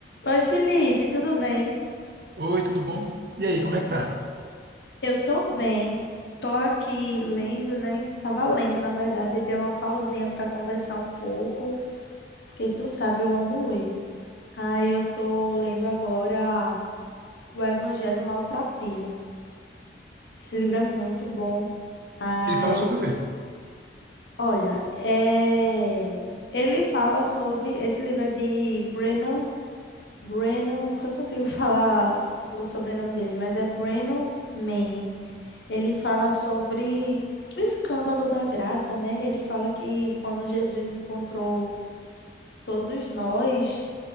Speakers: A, on the left (about 75°); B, on the right (about 55°).
A: Oi, Felipe, tudo bem?
B: Oi, tudo bom? E aí, como é que tá?
A: Eu tô bem. Tô aqui lendo, né? Tava lendo, na verdade, e dei uma pausinha para conversar um pouco, porque tu sabe, eu amo ler. Aí eu tô lendo agora o Evangelho Maltrapilho. Esse livro é muito bom. Ai,
B: Ele fala sobre o quê?
A: olha, é... ele fala sobre. Esse livro é de Brennan. Brennan, nunca consigo <laughs> falar o sobrenome dele, mas é Brennan Manning. Ele fala sobre o escândalo da graça, né? Ele fala que quando Jesus encontrou todos nós,